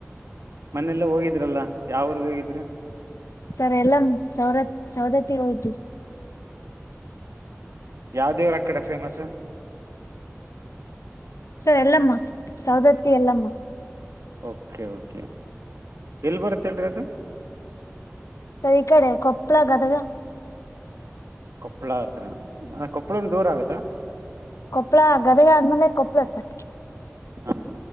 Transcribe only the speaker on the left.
ಸರ್ ಎಲ್ಲ ಸವರತ್ ಸವದತ್ತಗಿ ಹೋಗಿದೀವಿ ಸರ್.
Sir Yellamma Saundatti Yellamma.
ಸರಿ ಈ ಕಡೆ ಕೊಪ್ಪಳ ಗದಗ.
ಕೊಪ್ಪಳ ಗದಗ ಆದ್ಮೇಲೆ ಕೊಪ್ಪಳ ಸರ್.